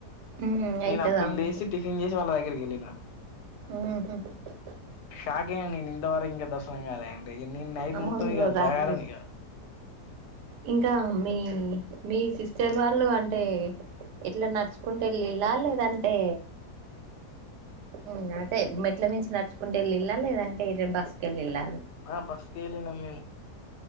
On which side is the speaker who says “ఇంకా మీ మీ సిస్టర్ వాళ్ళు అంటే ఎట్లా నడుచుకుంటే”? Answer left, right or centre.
Right